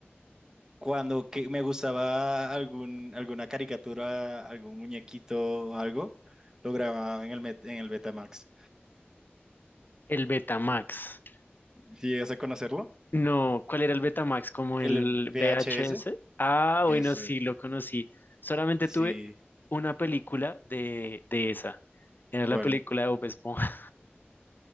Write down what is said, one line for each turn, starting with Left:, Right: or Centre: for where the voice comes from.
Right: Cuando que me gustaba algún, alguna caricatura, algún muñequito o algo, lo grababa en el, Met- en el Betamax.
Left: El Betamax.
Right: ¿Sí ¿Llegas a conocerlo?
Left: No, ¿cuál era el Betamax? ¿Como
Right: El
Left: el
Right: VHS.
Left: VHS? Ah,
Right: Eso,
Left: bueno, sí, lo conocí. Solamente
Right: sí.
Left: tuve una película de, de esa. Era
Right: ¿Cuál?
Left: la película de Bob Esponja,